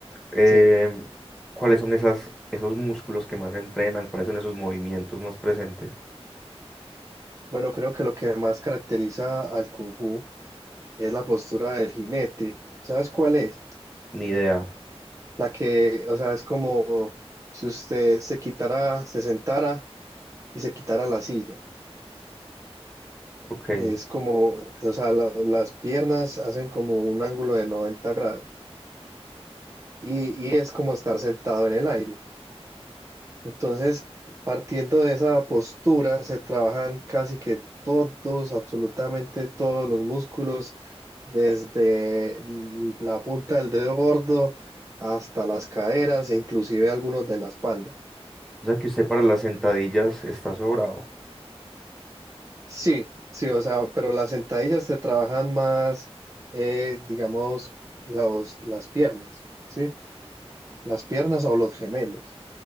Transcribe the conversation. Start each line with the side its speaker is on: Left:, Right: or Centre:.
Centre: eh,
Right: sí,
Centre: ¿cuáles son esas, esos músculos que más entrenan? ¿Cuáles son esos movimientos más presentes?
Right: bueno, creo que lo que más caracteriza al Kung Fu es la postura del jinete. ¿Sabes cuál es?
Centre: Ni idea.
Right: La que, o sea, es como si usted se quitara, se sentara y se quitara la silla.
Centre: Ok.
Right: Es como, o sea, la- las piernas hacen como un ángulo de 90 grados y, y es como estar sentado en el aire. Entonces, partiendo de esa postura, se trabajan casi que todos, absolutamente todos los músculos, desde l- la punta del dedo gordo hasta las caderas e inclusive algunos de la espalda.
Centre: O sea que usted para las sentadillas está sobrado.
Right: Sí, sí, o sea, pero las sentadillas se trabajan más, eh, digamos, los- las piernas, ¿sí? Las piernas o los gemelos.